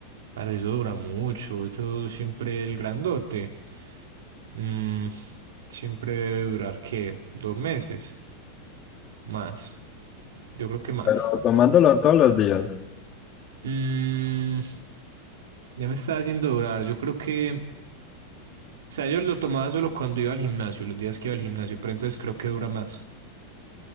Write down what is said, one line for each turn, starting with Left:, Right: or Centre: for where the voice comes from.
Right: Para eso dura mucho. Eso siempre el grandote. Mm, siempre debe durar, ¿qué? Dos meses. Más. Yo creo que más.
Left: pero tomándolo todos los días,
Right: Mm, ya me está haciendo durar. Yo creo que. O sea, yo lo tomaba solo cuando iba al gimnasio, los días que iba al gimnasio, pero entonces creo que dura más.